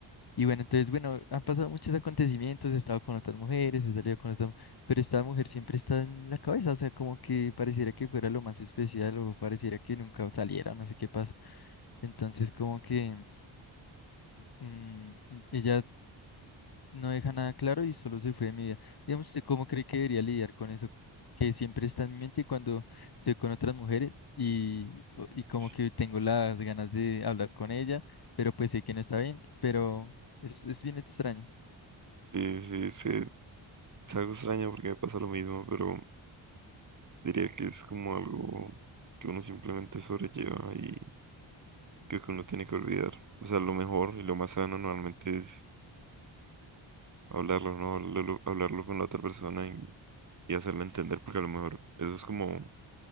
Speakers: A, on the left; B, on the right.
A: Y bueno, entonces, bueno, han pasado muchos acontecimientos, he estado con otras mujeres, he salido con otras, pero esta mujer siempre está en la cabeza, o sea, como que pareciera que fuera lo más especial o pareciera que nunca saliera, o no sé qué pasa. Entonces, como que... Mm, mm, ella No deja nada claro y solo se fue de mi vida. Digamos, ¿usted cómo cree que debería lidiar con eso que siempre está en mi mente cuando estoy con otras mujeres y,
B: Uf,
A: o- y como que tengo las ganas de hablar con ella, pero pues sé que no está bien, pero es, es bien extraño.
B: Sí, sí, es que es algo extraño porque me pasa lo mismo, pero Diría que es como algo que uno simplemente sobrelleva y que que uno tiene que olvidar. O sea, lo mejor y lo más sano normalmente es hablarlo, ¿no? Hablarlo, hablarlo con la otra persona y, y hacerle entender, porque a lo mejor eso es como